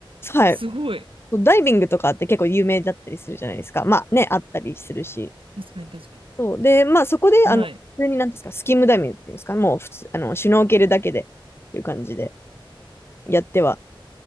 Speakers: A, on the left (about 25°); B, on the right (about 75°).
A: はい、
B: すごい。
A: ダイビングとかって結構有名だったりするじゃないですか。まあね、あったりするし。
B: 確かに確かに。
A: そう。で、まあそこで、
B: はい。
A: あの、普通になんですか、スキムダイビングっていうんですか、もう普通、あの、シュノーケルだけでっていう感じでやっては